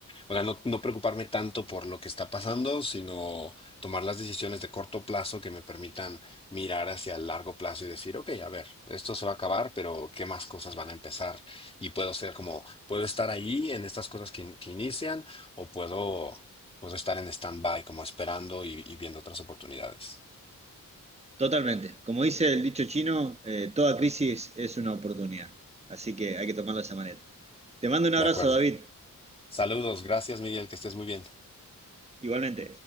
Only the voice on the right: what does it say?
Totalmente. Como dice el dicho chino, eh, toda crisis es una oportunidad. Así que hay que tomarlo de esa manera. Te mando un abrazo,
David.
Igualmente.